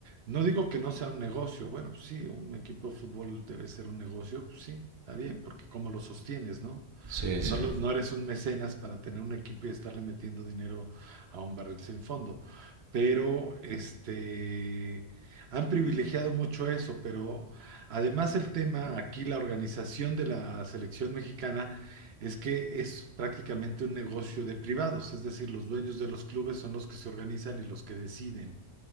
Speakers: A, on the right (about 65°); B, on the right (about 30°).
A: no digo que no sea un negocio, bueno, pues sí, un equipo de fútbol debe ser un negocio, pues sí, está bien, porque cómo lo sostienes, ¿no?
B: Sí,
A: No,
B: sí,
A: lo-
B: no,
A: no eres un mecenas para tener un equipo y estarle metiendo dinero a un barril sin fondo. Pero este han privilegiado mucho eso, pero además el tema aquí, la organización de la selección mexicana, es que es prácticamente un negocio de privados, es decir, los dueños de los clubes son los que se organizan y los que deciden